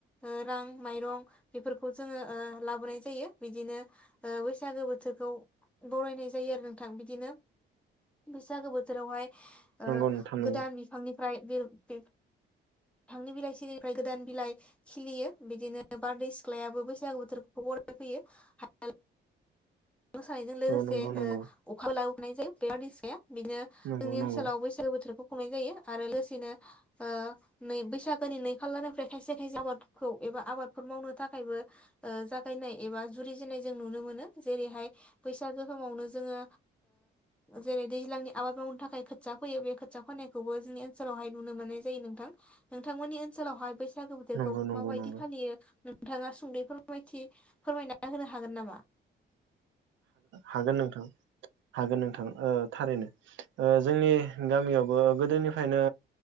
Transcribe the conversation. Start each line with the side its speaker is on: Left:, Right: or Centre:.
Centre: ओ रां माइरं बेफोरखौ जोङो ओ लाबोनाय जायो बिदिनो ओ बैसागो बोथोरखौ बरायनाय जायो आरो नोंथां बिदिनो बैसागो बोथोरावहाय ओ
Right: नंगौ नोंथां नंगौ
Centre: गोदान बिफांनिफ्राय बे <unintelligible> फांनि बिलाइ सिरिनिफ्राय गोदान बिलाइ खिलियो बिदिनो बारदै सिख्लायाबो बैसागु बोथोरखौ बरायफैयो <unintelligible> मोसानायजों लोगोसे
Right: औ नंगौ नंगौ
Centre: ओ अखाबो लाबोनाय जायो बारदैसिख्लाया बिदिनो
Right: नंगौ
Centre: जोंनि
Right: नंगौ
Centre: ओनसोलाव बै सागो बोथोरखौ खुंनाय जायो आरो लोगोसेनो ओ नै बैसागोनि नै फालारनिफ्राय खायसे खायसे आबादखौ एबा आबादफोर मावनो थाखायबो ओ जागायनाय एबा जुरिजेननाय जों नुनो मोनो जेरैहाय बैसागु समावनो जोङो ओ जेरै दैज्लांनि आबाद मावनो थाखाय खोथिया फैयो बे खोथिया फैनायखौबो जोंनि ओनसोलावहाय नुनो मोननाय जायो नोंथां नोंथांमोननि ओनसोलावहाय बै सागो बोथोरखौ
Right: नंगौ नंगौ
Centre: माबायदि
Right: नंगौ
Centre: फालियो <unintelligible> नोंथाङा सुंदयै फोरमायथि फोरमायना होनो हागोन नामा
Right: हागोन नोंथां हागोन नोंथां ओ थारैनो जोंनि गामियावबो गोदोनिफ्रायनो